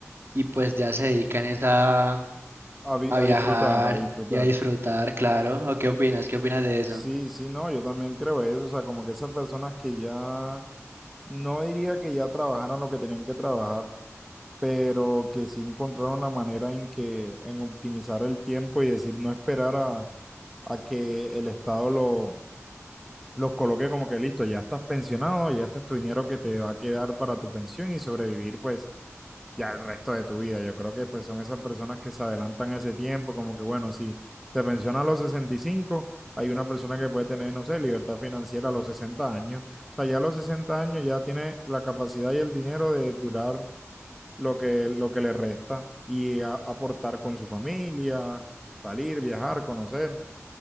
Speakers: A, on the right; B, in the centre.
A: y pues ya se dedican es a,
B: A, vi-
A: a
B: a
A: viajar
B: disfrutar, a disfrutar.
A: y a disfrutar, claro. ¿O qué opinas? ¿Qué opinas de eso?
B: Sí, sí, no, yo también creo eso, o sea, como que esas personas que ya No diría que ya trabajaron lo que tenían que trabajar, pero que sí encontraron la manera en que en optimizar el tiempo y decir no esperar a, a que el Estado lo, los coloque como que listo, ya estás pensionado, ya este es tu dinero que te va a quedar para tu pensión y sobrevivir pues ya el resto de tu vida. Yo creo que pues son esas personas que se adelantan a ese tiempo, como que bueno, si te pensionas a los 65 hay una persona que puede tener, no sé, libertad financiera a los 60 años. O sea, ya a los 60 años ya tiene la capacidad y el dinero de durar lo que, lo que le resta y a- aportar con su familia, salir, viajar, conocer.